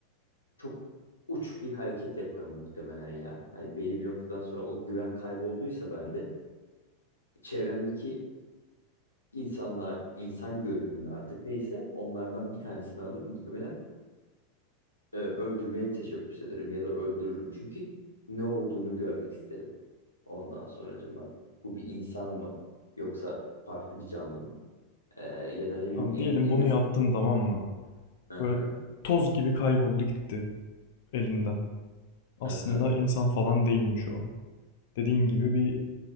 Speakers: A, on the left; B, on the left.
A: çok uç bir hareket yaparım muhtemelen ya. Hani belli bir noktadan sonra o güven kaybolduysa bende çevremdeki insanlar, insan görünümü artık neyse onlardan bir tanesini alır muhtemelen e, öldürmeye teşebbüs ederim ya da öldürürüm. Çünkü ne olduğunu görmek isterim ondan sonracığıma. Bu bir insan mı yoksa farklı bir canlı mı? E, ya da ne bileyim
B: Tamam,
A: en,
B: diyelim
A: en
B: bunu
A: az...
B: yaptın tamam mı?
A: Aha,
B: Böyle toz gibi kayboldu gitti elinden. Aslında
A: aha.
B: insan falan değilmiş o. Dediğin gibi bir